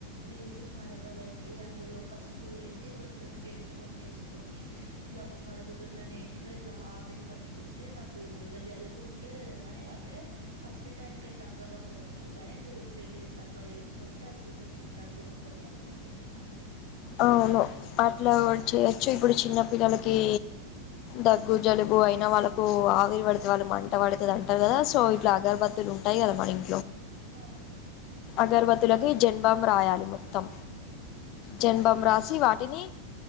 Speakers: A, on the right (about 75°); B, on the left (about 40°).
A: నీళ్లు మరగబెట్టి అందులో పసుపు వేసి కొంచెం జెండుబమ్ వేసుకొని ఇట్లా మరుగుతున్న నీటిలో ఇట్లా ఆవిరి పట్టుకుంటే నాకు క్కువ ఇగా జలుబు ఉంటే మ అంటే ఫస్ట్ టైంకి తగ్గక పోవచ్చు కానీ టూ త్రీ డేస్ అట్లా చేస్తుూ ఉంటే అప్పుడు కొంచెం తగ్గుముఖం పడుతుంది
B: అవును అట్లా చేయచ్చు ఇప్పుడు చిన్న పిల్లలకి దగ్గు జలుబు అయినా వాళ్ళకు ఆవిరి పడితే వాళ్ళు మంట పడుతుది అంటారు కదా సో ఇట్లా అగర్బత్తులు ఉంటాయి కదా మన ఇం
A: ఆ
B: అగర్వద్ తలకి జన్దుబొంబ్ రాయాలి మొత్తం
A: <unintelligible>
B: జెంబాం రాసి వాటిని